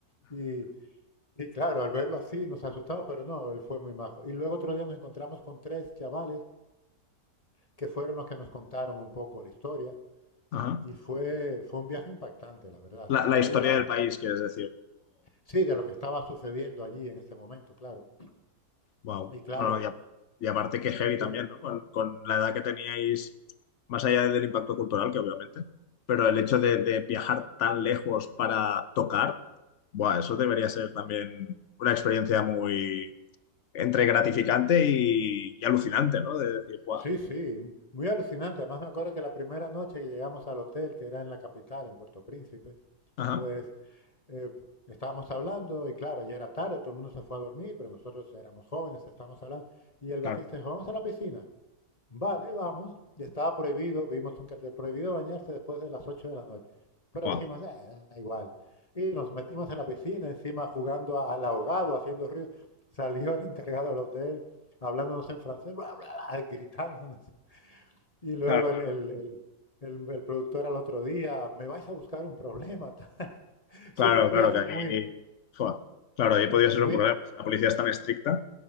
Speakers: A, on the left; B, on the left.
A: Y, y claro, al verlo así nos asustamos, pero no, él fue muy majo. Y luego otro día nos encontramos con tres chavales que fueron los que nos contaron un poco la historia.
B: Ajá.
A: Y fue, fue un viaje impactante, la verdad.
B: La,
A: Se me
B: la
A: había
B: historia
A: olvidado,
B: del
A: pero
B: país, quieres decir.
A: sí, de lo que estaba sucediendo allí en ese momento, claro.
B: Wow.
A: Y claro,
B: Mm. y, a- y aparte que heavy
A: y te-
B: también, ¿no? Con, con la edad que teníais, más allá del impacto cultural, que obviamente, pero el hecho de, de viajar tan lejos para tocar, buah, eso debería ser también una experiencia muy entre gratificante y, y alucinante, ¿no? De decir, wow,
A: Sí, sí, muy alucinante. Además me acuerdo que la primera noche que llegamos al hotel, que era en la capital, en Puerto Príncipe,
B: ajá,
A: pues eh, estábamos hablando y claro, ya era tarde, todo el mundo se fue a dormir, pero nosotros éramos jóvenes, estábamos hablando. Y el
B: claro,
A: bajista dijo, vamos a la piscina. Vale, vamos. Y estaba prohibido, vimos un cartel prohibido bañarse después de las 8 de la noche. Pero
B: wow,
A: dijimos, "Eh, da igual. Y nos metimos en la piscina, encima jugando a- al ahogado, haciendo ruido. Salió el encargado del hotel, hablándonos en francés, <laughs> gritándonos. Y luego
B: claro,
A: el,
B: claro,
A: el- el- el- el productor al otro día, me vais a buscar un problema. tal". <laughs>
B: claro,
A: Sí, fue un
B: claro,
A: viaje
B: que ahí,
A: muy,
B: buah, claro, ahí podría ser
A: muy...
B: un problema. Si la policía es tan estricta,